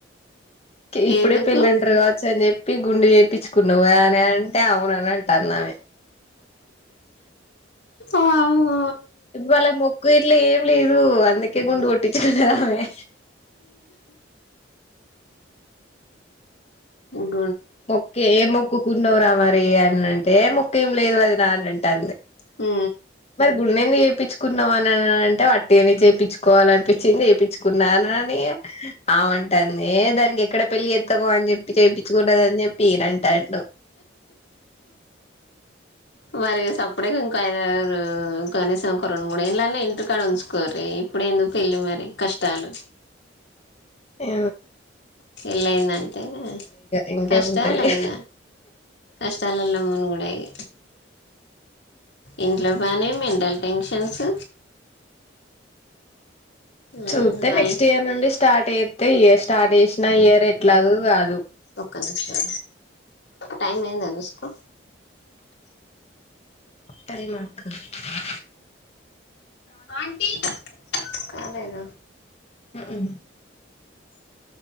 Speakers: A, on the left; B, on the left.
A: ఇప్పుడే
B: ఎందుకు
A: పెళ్ళంటారు కావచ్చు అని చెప్పి గుండు చేయించుకున్నావ్ గదనే అంటే అవునని అంటంన్దామె.
B: ఆహ్
A: ఇవాలే మొక్కు ఇట్లే ఏం లేదు అందకే గుండు కొటిచ్చుకున్నదామె
B: ఆయ్యో
A: మొక్క ఏ ఏ మొకు ఏమన్నా అని అంటే ముక్క ఏం లేదు వదిన అని అంటాంది
B: హు
A: గుండు ఎందుకు చేపించుకున్నావు అని అంటే వట్ ఏని చేపించికోవాలనీ అనిపించింది చేయించుకున్న అని ఆమె అంటాంది దానికి ఎక్కడ పెళ్లి చేత్తామో అని చెప్పి చేపించికున్నద పేరంటాళ్ళు
B: మరి సప్పుడే ఇంకా ఐదరు కనీసం ఒక రెండు మూడు ఏండ్లు అన్న ఇంటికాడ ఉంచుకోరు ఇప్పుడు ఎందుకు పెళ్ళి మరి కష్టాలు
A: ఆ
B: పెళ్ళి అయిందంటే
A: ఇంకేముంటది
B: కష్టాలు ఇక కష్టాలలో మునుగూడు ఇగ ఇంట్లో పని మెంటల్ టెన్షన్స్ ఉమ్
A: చూతే
B: వాళ్
A: నెక్స్ట్ ఇయర్ నుండి స్టార్ట్ చెత్తే ఇయార్ స్టార్ట్ చేసిన ఇయర్ ఎట్లాగో కాదు
B: ఒక్క నిమిషం టైమ్ అయింది ఏమో చూసుకో
A: టైమా ఆ
B: ఆంటీ కాలేద
A: ఉ ఊ